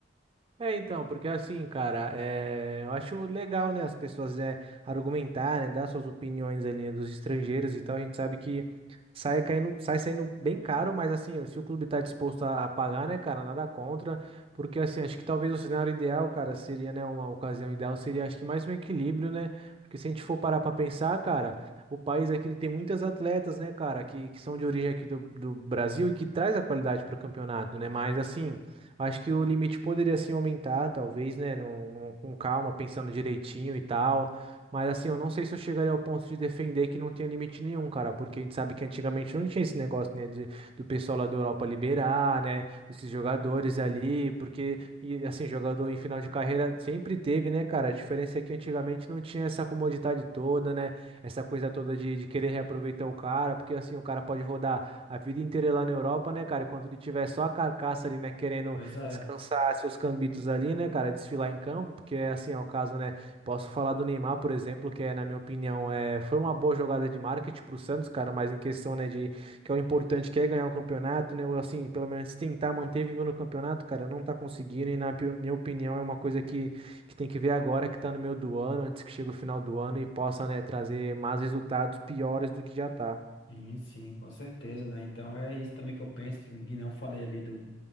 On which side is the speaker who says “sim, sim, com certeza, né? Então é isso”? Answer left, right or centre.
Left